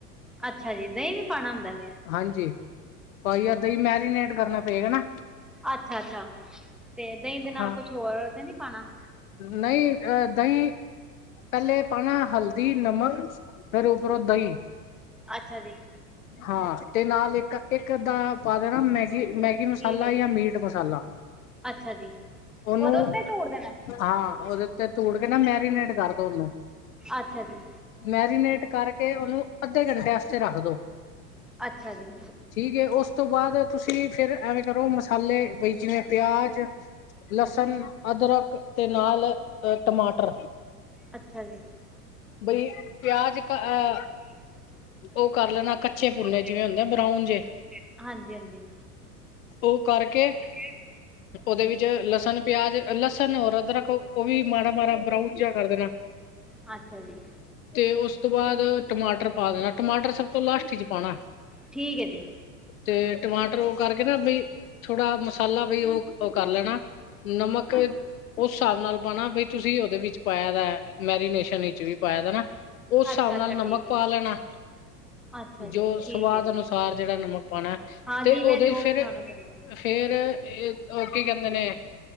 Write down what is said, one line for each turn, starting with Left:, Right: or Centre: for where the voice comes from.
Centre: ਅੱਛਾ ਜੀ, ਦਹੀਂ ਵੀ ਪਾਉਣਾ ਹੁੰਦਾ ਏ?
Left: ਹਾਂਜੀ, ਪਾਇਆ ਦਹੀਂ ਮੈਰੀਨੇਟ ਕਰਨਾ ਪਏਗਾ ਨਾ।
Centre: ਅੱਛਾ- ਅੱਛਾ ਤੇ ਦਹੀਂ ਦੇ ਨਾਲ
Left: ਹਾਂ
Centre: ਕੁਛ ਹੋਰ ਤੇ ਨੀ ਪਾਣਾ?
Left: ਨਹੀਂ ਅ ਦਹੀਂ ਪਹਿਲੇ ਪਾਣਾ ਹਲਦੀ, ਨਮਕ ਫੇਰ ਉੱਪਰੋਂ ਦਹੀਂ।
Centre: ਅੱਛਾ ਜੀ।
Left: ਹਾਂ ਤੇ ਨਾਲ ਇੱਕ ਇੱਕ ਅੱਦਾ ਪਾ ਦੇਣਾ ਮੈਗੀ ਮੈ ਕਿ ਮਸਾਲਾ
Centre: ਠੀਕ ਹੈ ਜੀ
Left: ਜਾਂ ਮੀਟ ਮਸਾਲਾ
Centre: ਅੱਛਾ ਜੀ
Left: ਉਹਨੂੰ
Centre: ਉਹਦੇ ਉੱਤੇ ਝੂੜ ਦੇਣਾ
Left: ਹਾਂ, ਉਹਦੇ ਉੱਤੇ ਧੂੜ ਕੇ ਨਾ ਮੈਰੀਨੇਟ ਕਰਦੈ ਉਹਨੂੰ।
Centre: ਅੱਛਾ ਜੀ
Left: ਮੈਰੀਨੇਟ ਕਰਕੇ ਉਹਨੂੰ ਅੱਧੇ ਘੰਟੇ ਆਸਤੇ ਰੱਖਦੋ।
Centre: ਅੱਛਾ ਜੀ।
Left: ਠੀਕ ਏ ਉਸ ਤੋਂ ਬਾਅਦ ਤੁਸੀਂ ਫਿਰ ਐਵੇਂ ਕਰੋ ਮਸਾਲੇ ਬਈ ਜਿਵੇਂ ਪਿਆਜ ਲਸਣ ਅਦਰਕ ਤੇ ਨਾਲ ਟਮਾਟਰ
Centre: ਅੱਛਾ ਜੀ।
Left: ਬਈ ਪਿਆਜ ਕ ਅ
Centre: <unintelligible>
Left: ਉਹ ਕਰ ਲੈਣਾ ਕੱਚੇ ਭੁੰਨੇ ਜਿਵੇਂ ਹੁੰਦੇ ਬਰਾਊਨ ਜੇ
Centre: ਹਾਂਜੀ ਹਾਂਜੀ।
Left: ਉਹ ਕਰਕੇ
Centre: ਕੇ
Left: ਉਹਦੇ ਵਿੱਚ ਲਸਣ ਪਿਆਜ ਲਸਣ ਐਰ ਅਦਰਕ ਉਹ ਵੀ ਮਾੜਾ ਮਾੜਾ ਬਰਾਊਨ ਜਿਹਾ ਕਰ ਦੇਣਾ।
Centre: ਹਾ ਅੱਛਾ ਜੀ।
Left: ਤੇ ਉਸ ਤੋਂ ਬਾਅਦ ਟਮਾਟਰ ਪਾ ਦੇਣਾ ਟਮਾਟਰ ਸਭ ਤੋਂ ਲਾਸਟ ਇਚ ਪਾਣਾ।
Centre: ਠੀਕ ਏ ਜੀ।
Left: ਤੇ ਟਮਾਟਰ ਉਹ ਕਰਕੇ ਨਾ ਬਈ ਥੋੜਾ ਮਸਾਲਾ ਬਈ ਉਹ ਉਹ ਕਰ ਲੈਣਾ। ਨਮਕ
Centre: ਹਾਂਜੀ
Left: ਉਸ ਹਿਸਾਬ ਨਾਲ ਪਾਣਾ ਬਈ ਤੁਸੀਂ ਉਹਦੇ ਵਿੱਚ ਪਾਇਆ ਮੈਰੀਨੇਸ਼ਨ ਈ। ਵਿਚ ਵੀ ਪਾਇਆ ਦਾ ਨਾ ਉਸ ਹਿਸਾਬ
Centre: ਅੱਛਾ
Left: ਨਾਲ
Centre: ਅੱਛਾ
Left: ਨਮਕ
Centre: ਠੀਕ ਹੈ
Left: ਪਾ ਲੈਣਾ
Centre: ਅੱਛਾ ਜੀ
Left: ਜੋ
Centre: ਠੀਕ
Left: ਸਵਾਦ
Centre: ਹੈ
Left: ਅਨੁਸ ਚਾਰ ਜਗ੍ਹਾ ਨਮਕ ਪਾਉਣਾ
Centre: ਹਾਂ
Left: ਤੇ
Centre: ਜਿਵੇਂ
Left: ਉਹਦੇ
Centre: ਜੋ
Left: ਚ ਫੇਰ
Centre: ਲਿਖਾਣਾ ਚਾਹੁੰਦਾ
Left: ਫੇਰ ਇਹ ਉਹ ਕੀ ਕਹਿੰਦੇ ਨੇ